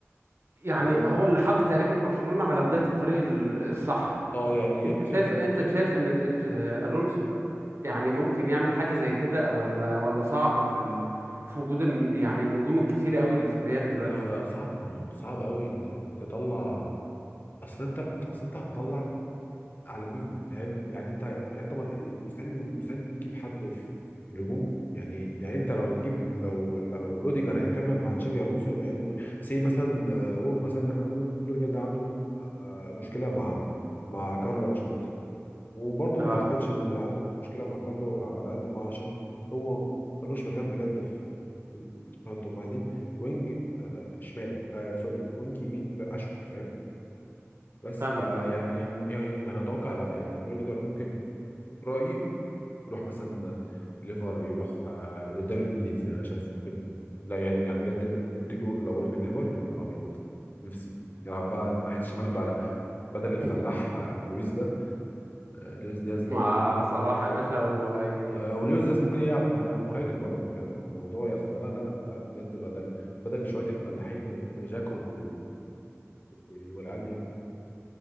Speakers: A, on the right; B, on the left.
A: يعني
B: اه
A: هو اللي حط تقريبا برشلونة على بداية الطريق ال- الصح
B: آه، يعني يمكن
A: انت شايف انت
B: يمكن
A: شايف ان تش- آه، الونسو يعني ممكن يعمل حاجة زي كده ولا ولا صعب في ال... في وجود الن- يعني النجوم الكتيرة قوي اللي في الريال دلوقتي
B: لا لا صعب الموت صعب قوي انك تطلع اصل انت اصل انت هتطلع على مين فاهم يعني انت يعني انت ما- مستحيل مستحيل تجيب حد في الهجوم يعني يعني انت لو هتجيب لو لو روديجر هيكمل مع تشابي الونسو يعني سي مثلا آه، قول مثلا احنا نقول روديجر ده عنده آه، آه، مشكله مع مع كارلو انشيلوتي وبرضه
A: اه
B: ما اعتقدش ان عنده مشكله مع كارلو على قد ما عشان هو ملوش مكان بجد في في الخط. هم عايزين وينج آه، شمال آه سوري وينج يمين اشمل فاهم بس
A: فاهمك
B: فا
A: اه
B: يعني يعني يعني اتوقع لا يعني روديجر ممكن رأيي يروح مثلا ليفر يروح آه، الدوري الانجليزي انا شايف ممكن لا يعني يعني بجد روديجو لو راح الليفر يا نهار ابيض نفسي يلعب بقى ناحية الشمال بقى لا. بدل
A: <laughs>
B: الفلاح آه، لويس ده آه، لويس دياز ده
A: مع
B: بجد
A: صلاح يا باشا وهي
B: آه، او لويس دياز ممكن يلعب يعني مهاجم برضه فاهم الموضوع يا اسطى لا لا لا لا بجد بدل بدل شوية الفلاحين آه، جاكوب و- والعيال دي يعني